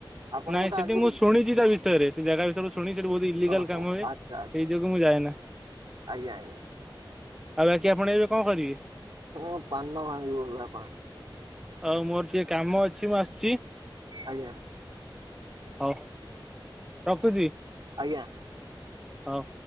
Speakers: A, on the right; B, in the centre.
A: ଆପଣ
B: ନାଇଁ
A: ବୋଧେ
B: ସେଠି
A: ଆଗରୁ
B: ମୁଁ ଶୁଣିଚି ତା ବିଷୟରେ ସେ ଜାଗା ବିଷୟରେ ଶୁ ଣିଚି ସେଠି ବୋହୁତ ଇଲିଗାଲ
A: ଓହୋ
B: କାମ ହୁଏ। ସେଇ
A: ଆଚ୍ଛା ଆଚ୍ଛା।
B: ଯୋଗୁଁ ମୁଁ ଯାଏ ନା।
A: ଆଜ୍ଞା ଆଜ୍ଞା
B: ଆଉ ବାକି ଆପଣ ଏବେ କଣ କରିବେ?
A: ହଁ ପାନ ଭାଙ୍ଗିବି ବାପା
B: ଆଉ ମୋର ଟିକେ କାମ ଅଛି ମୁଁ ଆସୁଚି।
A: ଆଜ୍ଞା।
B: ହୋଉ ରଖୁଚି
A: ଆଜ୍ଞା।
B: ହୋଉ।